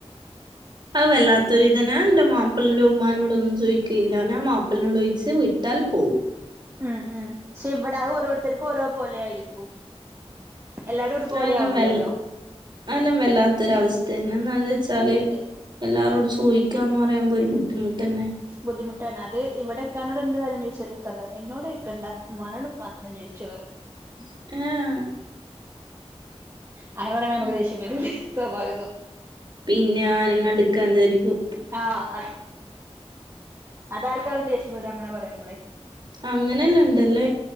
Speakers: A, on the right (about 45°); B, on the right (about 25°).
A: അത് വല്ലാത്തൊരി ഇതനാ എൻ്റെ മാപ്പിളിന്റെ ഉമ്മാനോട് ഒന്നും ചോദിക്കില്ല ഞാൻ മാപ്പിളിനോട് ചോദിച്ച് വിട്ടാൽ പോകും
B: ഉം ഉം പക്ഷെ ഇവിടെ അത് ഓരോരുത്തർക്കും ഓരോ പോലെ ആയിരിക്കും എല്ലാരും ഒരുപോലെ
A: <unintelligible> അതിലും
B: ആവില്ലല്ലോ
A: വല്ലാത്തൊരവസ്ഥയാണ് ഒന്ന് ആലോചിച്ചാലു
B: അതെ അതെ
A: എല്ലാരോടും ചോദിക്കാന്ന് പറയുമ്പോ ഒരു ബുദ്ധിമുട്ട് തന്നെ
B: ബുദ്ധിമുട്ടാണ് അത് ഇവിടെ ഇക്കാനോട് എന്ത് കാര്യം ചോദിച്ചാല് ഇക്ക പറയും എന്നോട്ചോയി കണ്ട ഉമ്മാനോട് ഉപ്പാനോട് ചോദിച്ചോ ന്ന് പറയും
A: <unintelligible>
B: അങ്ങനെ പറയുമ്പ
A: ഉം.
B: നമുക്ക് ദേഷ്യം വരൂ സ്വാഭാവികം
A: പിന്നെ അനങ്ങടുക്കാന്നരിക്കും
B: ആഹ് അത് അത് ആർക്കായാലും ദേഷ്യം വരും അങ്ങനെ പറയുമ്പളേ
A: അങ്ങനെഎന്ന് ഉണ്ടല്ലേ